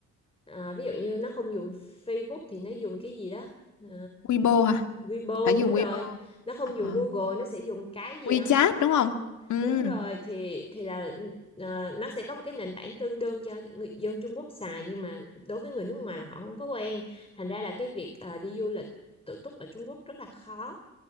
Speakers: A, on the left; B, on the left.
A: Ờ, ví dụ như nó không dùng Facebook thì nó dùng cái gì đó Ờ,
B: Weibo hả?
A: Weibo
B: Phải dùng
A: đúng rồi
B: Weibo. không?
A: nó không
B: À,
A: dùng Google nó sẽ dùng cái gì
B: WeChat
A: đó
B: đúng không? Ừ.
A: Đúng rồi thì thì là ờ, nó sẽ có một cái nền tảng tương đương cho người dân Trung Quốc xài nhưng mà đối với người nước ngoài là họ không có quen thành ra là cái việc ờ, đi du lịch tự túc ở Trung Quốc rất là khó